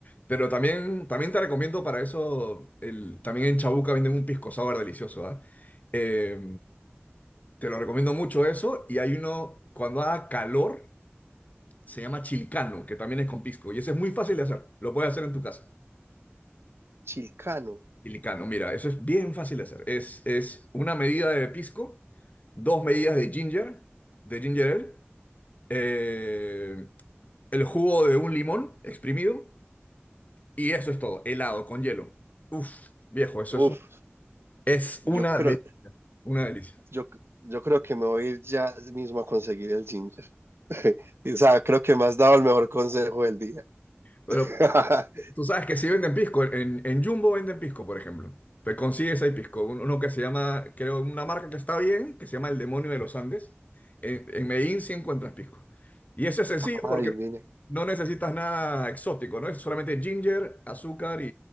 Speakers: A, on the left (about 35°); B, on the right (about 65°).
A: Pero también, también te recomiendo para eso, el, también en Chabuca venden un pisco sour delicioso, ¿ah? Eh, te lo recomiendo mucho eso. Y hay uno, cuando haga calor. se llama chilicano, que también es con pisco, y ese es muy fácil de hacer, lo puedes hacer en tu casa.
B: Chilcano,
A: Chilicano, mira, eso es bien fácil de hacer. Es, es una medida de pisco, dos medidas de ginger, de ginger ale, eh, el jugo de un limón exprimido, y eso es todo, helado con hielo. Uf, viejo, eso
B: uf,
A: es, un- es
B: yo
A: una
B: creo,
A: delicia, una delicia.
B: yo, yo creo que me voy a ir ya mismo a conseguir el ginger. <laughs> O sea, creo que me has dado el mejor consejo del día.
A: Pero,
B: <laughs>
A: Tú sabes que sí venden pisco. En, en Jumbo venden pisco, por ejemplo. Te consigues ahí pisco. Uno uno que se llama, creo, una marca que está bien, que se llama El Demonio de los Andes. En, en Medellín sí encuentras pisco. Y eso es sencillo
B: Ay,
A: porque
B: mira.
A: no necesitas nada exótico, ¿no? Es solamente ginger, azúcar y,